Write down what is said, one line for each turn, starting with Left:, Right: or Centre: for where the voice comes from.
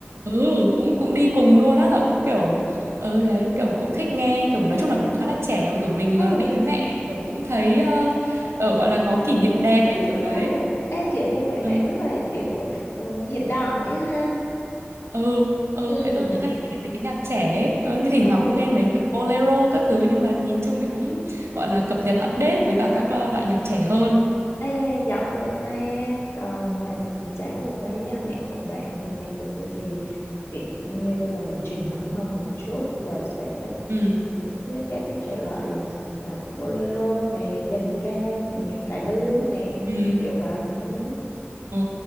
Right: ừ cũng cũng đi cùng luôn á cũng kiểu ừ đấy kiểu cũng thích nghe kiểu nói chung là cũng khá là trẻ mà kiểu mình
Left: ừ
Right: ờ, đi với mẹ kiểu cũng thấy ờ, ờ, gọi là có kỷ niệm đẹp ấy kiểu đấy
Left: ừ Ê, kiểu như vậy
Right: ừ
Left: bạn rất là kiểu ừ, hiện đại á ha
Right: ừ ừ,
Left: ừ
Right: mẹ tôi cũng hay nghe mấy cái nhạc trẻ ấy. Ờ, như thỉnh
Left: Ừ,
Right: thoảng cũng nghe mấy kiểu bolero các thứ nhưng mà nhìn chung thì cũng gọi là cập nhật update với cả các ờ, loại nhạc trẻ hơn
Left: ê, giỏi vậy ta còn à, trái ngược với à, mẹ của bạn thì mẹ của tôi thì kiểu như là truyền thống hơn một chút là sẽ thích
Right: ừ
Left: những cái- các cái thể loại à, bolero nè dân ca nè cải lương nè
Right: Ừ.
Left: kiểu kiểu vậy ừ.
Right: Ờ.